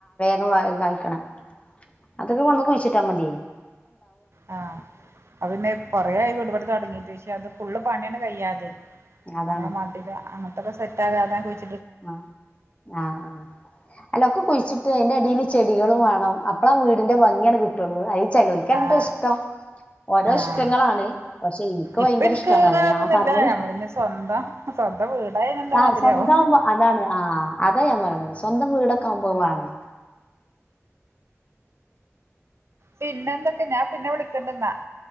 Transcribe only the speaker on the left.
കം കയിക്കണേ അതൊക്കെ കൊണ്ടന്ന് കുഴിച്ചിട്ടാ മതി
അതാണ്
ആ ആ ആ എല്ലൊക്കെ കുഴിച്ചിട്ട് അതിന്റെ അടിയില് ചെടികളും വേണം, അപ്പളാ വീടിന്റെ ഭംഗി ആണ് കിട്ടുള്ളൂ, അത് ചെലോൽക്കതിന്റെ
ഇഷ്ടം ഓരോ
ഇഷ്ടങ്ങളാണ്. പക്ഷെ എനിക്ക്
ഭയങ്കര
ഇഷ്ടമാണ്
അതാ ഞാൻ
പറഞ്ഞത്
ആ
സ്വന്താവുമ്പോ അതാണ് ആ അതാ ഞാൻ പറയണത് സ്വന്തം വീട ഒക്കെ ആവുമ്പോ അത് വേണേ.